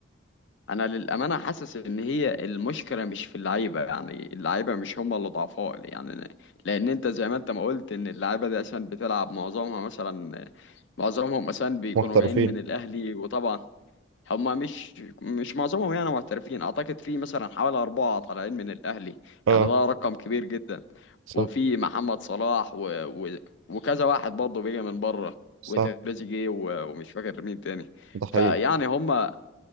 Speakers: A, on the left (about 65°); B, on the right (about 75°).
A: أنا للأمانة حاسس إن هي المشكلة مش في اللعيبة يعني اللعيبة مش هم اللي ضعفاء يعني لأن أنت زي ما أنت ما قلت إن اللعيبة دي عشان بتلعب معظمها مثلا معظمهم مثلا بيكونوا
B: محترفين
A: جايين من الأهلي وطبعا هما مش مش معظمهم يعني محترفين اعتقد في مثلا حوالي اربعه طالعين من الاهلي
B: اه
A: يعني ده رقم كبير جدا
B: صح
A: وفي محمد صلاح و... و... وكذا واحد برضه بيجي من بره
B: صح
A: وتريزيجيه و... ومش فاكر مين تاني
B: ده حقيقي
A: فيعني هما